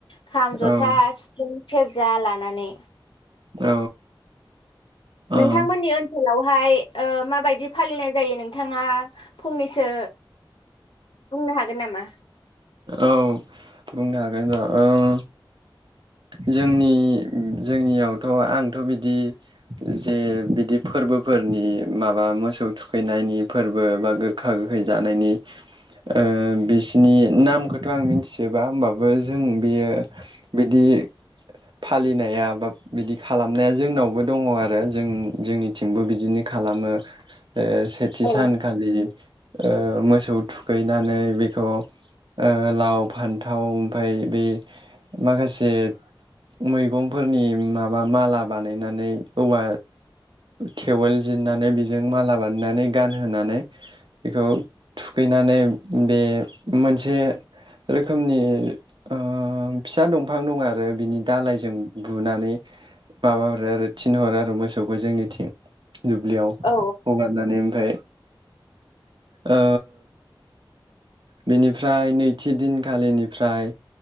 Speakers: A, on the left; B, on the right.
A: खाम जथा
B: औ
A: सिफुं सेरजा लानानै।
B: औ।
A: नोंथांमोननि
B: औ
A: ओनसोलाव। फाय ओ माबायदि फालिनाय जायो नोंथाङा फंनैसो। बुंंनो हागोन नामा?
B: औ बुंनो हागोन र उम जोंनि जोंनियावथ' आंथ' बिदि जे बिदि फोरबोफोरनि माबा मोसौ थुखैनायनि फोरबो बा गोखा गोखै जानायनि ओ बिसिनि नामखौथ' आं मिथिजोबा होमबाबो जों बियो बिदि फालिनाया बा बिदि खालामनाया जोंनावबो दङ आरो जों-जोंनिथिंबो बिदिनो खालामो। ओ सेथि
A: औ
B: सानखालि ओ मोसौ थुखैनानै बेखौ ओ लाव फान्थाव ओमफाय बे माखासे मैगंफोरनि माबा माला बानायनानै औवा थेवल जिननानै बेजों माला बानायनानै गानहोनानै बेखौ थुखैनानै बे मोनसे जे रोखोमनि ओ फिसा दंफां दं आरो बिनि दालायजों बुनानै माबाहरो आरो थिनहरो आरो मोसौखौ जोंनिथिं दुब्लियाव
A: औ
B: हगारनानै ओमफाय ओ बेनि फ्राय नैथि दिनखालिनिफ्राय